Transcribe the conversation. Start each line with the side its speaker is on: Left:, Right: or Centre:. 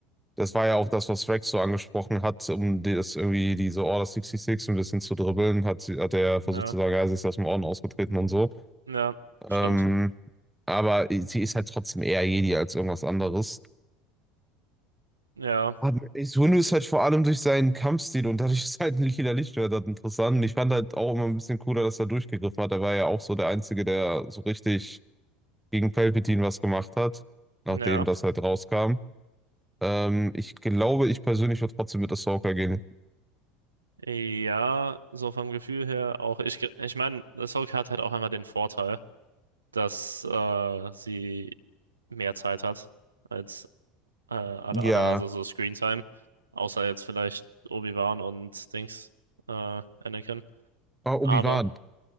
Centre: Das war ja auch das, was Rex so angesprochen hat, um die- das irgendwie diese Order 66 ein bisschen zu dribbeln, hat, sie- hat er versucht
Right: ja,
Centre: zu sagen, ja, sie ist aus dem Orden ausgetreten und so.
Right: ja, stimmt.
Centre: Ähm, aber sie ist halt trotzdem eher Jedi als irgendwas anderes.
Right: Ja,
Centre: Aber Sunu ist halt vor allem durch seinen Kampfstil und dadurch <laughs> ist halt ein lila Lichtschwert halt interessant. Und ich fand halt auch immer ein bisschen cooler, dass er durchgegriffen hat. Er war ja auch so der Einzige, der so richtig gegen Palpatine was gemacht hat, nachdem
Right: ja,
Centre: das halt rauskam. Ähm, ich glaube, ich persönlich würde trotzdem mit Ahsoka gehen.
Right: ja, so vom Gefühl her auch. Ich, ge- ich meine, Ahsoka hat halt auch einmal den Vorteil, dass äh, sie mehr Zeit hat als äh, alle
Centre: Ja,
Right: anderen, also so Screentime. Außer jetzt vielleicht Obi-Wan und Dings, äh, Anakin.
Centre: Ah, Obi-Wan.
Right: Aber